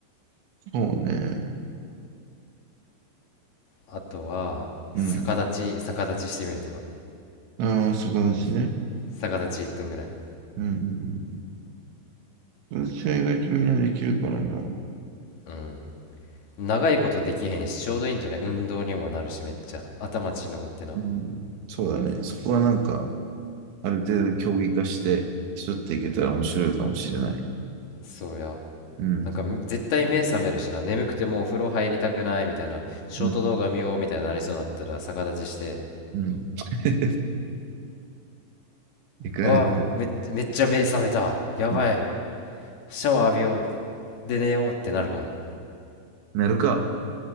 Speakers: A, on the right; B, on the left.
A: そうね。
B: あとは逆立ち逆立ちしてみるとか
A: うん。ああ、そこだしね。
B: 逆立ち1分ぐらい
A: うん。私は意外とみんなできるからな。
B: うん長いことできへんしちょうどいいんじゃない運動にもなるしめっちゃ頭血登ってな
A: うん。そうだね。そこはなんか、ある程度競技化して、競っていけたら面白いかもしれない。
B: そうや
A: うん。
B: なんか絶対目覚めるしな眠くてもうお風呂入りたくないみたいなショート動画見ようみたいになりそうになったら逆立ちして
A: うん。うん。<laughs> いかれて、
B: 「ああめ、めっちゃ目覚めたやばい
A: うん
B: シャワー浴びようで寝よう」ってなるかも
A: なるか。